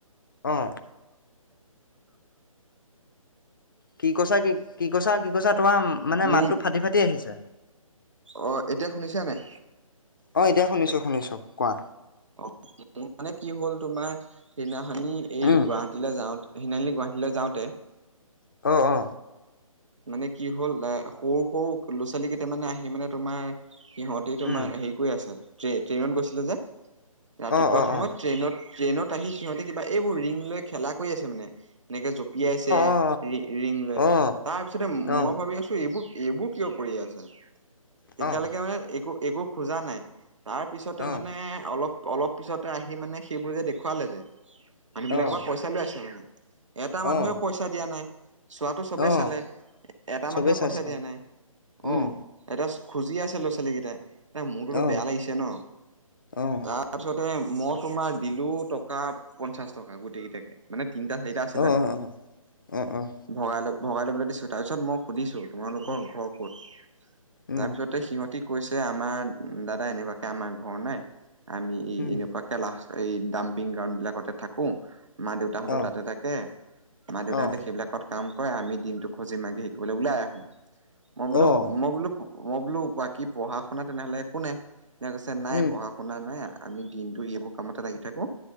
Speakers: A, on the left; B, on the right.
A: অ'। কি কৈছাঁ কি কি কৈছাঁ কি কৈছাঁ তোমাৰ মানে
B: মোৰ
A: মাতটো ফাটি ফাটি আহিছে।
B: অ' এতিয়া শুনিছা নে নাই।
A: অ' এতিয়া শুনিছো শুনিছো কোৱা।
B: অ' মানে কি হ'ল তোমাৰ সেইদিনাখনি এই
A: উম
B: গুৱাহাটীলৈ যাওঁতে তিনিআলি গুৱাহাটীলৈ যাওঁতে।
A: অ', অ'।
B: মানে কি হ'ল এ সৰু সৰু ল'ৰা ছোৱালী কেইটামানে আহি মানে তোমাৰ সিহঁতি তোমাৰ
A: উম
B: হেৰি কৰি আছে। ট্ৰে ট্ৰেইনত গৈছিলোঁ যে, ৰাতিপুৱা
A: অ অ অ
B: সময়ত
A: অ
B: ট্ৰেইনত ট্ৰেইনত আহি সিহঁতে কিবা এইবোৰ ৰিং লৈ খেলা কৰি আছে মানে এনেকে জপিয়াইছে
A: অ
B: ৰি ৰিং লৈ,
A: অ
B: তাৰ পিছতে
A: অ
B: মই
A: অ
B: ভাবি আছো এইবোৰ এইবোৰ কিয় কৰি আছে। তেতিয়ালৈকে
A: অঁ
B: মানে একো একো খোজা নাই, তাৰ পিছতে
A: অঁ
B: মানে অলপ অলপ পিছতে আহি মানে সেইবোৰ যে দেখুৱালে যে, মানুহ বিলাকৰ
A: অঁ
B: পৰা পইচা লৈ আছে মানে। এটা মানুহেও
A: অঁ
B: পইচা দিয়া নাই, চোৱাতটো চবেই
A: অঁ
B: <unintelligible> এটা
A: চবেই
B: মানুহে
A: চাইছে
B: পইচা দিয়া
A: অঁ
B: নাই,
A: উম
B: অ'। এটা খুজি আছে ল'ৰা ছোৱালীকেইটাই, এয়া মোৰটোতো
A: অঁ
B: বেয়া লাগিছে ন।
A: অঁ
B: তাৰ পিছতে মই তোমাৰ দিলো টকা পঞ্চাশ টকা গোটেই কেইটাকে। মানে তিনিটা চাৰিটা আছিলে।
A: অঁ অঁ অঁ অঁ
B: ভগাই ল ভগাই ল'বলৈ দিছোঁ তাৰপিছত মই সুধিছো তোমালোকৰ
A: উম
B: ঘৰ ক'ত,
A: উম
B: তাৰপিছত ত সিহঁতি কৈছে আমাৰ দাদা এনেকুৱাকে আমাৰ ঘৰ নাই, আমি এই
A: উম
B: এনেকুৱাক <unintelligible> এই ডাম্পিং গ্ৰাউড বিলাকতে থাকো। মা দেউতাহঁতো
A: অঁ
B: তাতে থাকে, মা দেউতাহঁতে
A: অঁ
B: সেইবিলাকত কাম কৰে আমি দিনটো খজি মাগি শিকিবলৈ ওলাই আহো, মই বোলো
A: অঁ
B: মই বোলো মই বোলো বাকী পঢ়া শুনা তেনেহ'লে একো নাই, যে কৈছে নাই
A: উম
B: পঢ়া শুনা শুনা নাই আমি দিনটো এইবোৰ কামতে লাগি থাকো,